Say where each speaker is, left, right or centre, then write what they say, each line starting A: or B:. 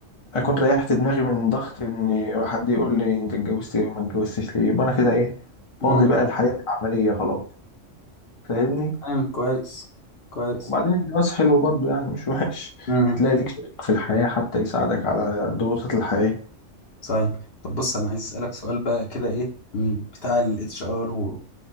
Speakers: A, on the left; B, on the left.
A: اكون ريحت دماغي من ضغط ان حد يقول لي انت اتجوزت ايه وما اتجوزتش ليه يبقى انا كده ايه فاضي
B: امم
A: بقى الحياة العملية خلاص فاهمني
B: تمام كويس كويس
A: وبعدين الجواز حلو برضه يعني مش وحش
B: امم
A: بتلاقي ليك شريك في الحياة حتى يساعدك على ضغوطات الحياة
B: صحيح طب بص انا عايز اسالك سؤال بقى كده ايه من بتاع الاتش ار و...